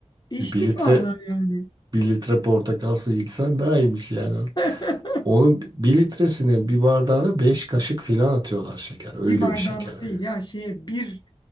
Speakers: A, on the left (about 40°); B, on the right (about 35°).
A: İçtik
B: E, bir litre
A: vallahi yani.
B: bir litre portakal suyu içsen daha iyiymiş yani.
A: <laughs>
B: Onun bir litresine bir bardağına beş kaşık filan atıyorlar şeker. Öyle
A: Bir bardağına
B: bir şeker o yani.
A: değil ya şeye bir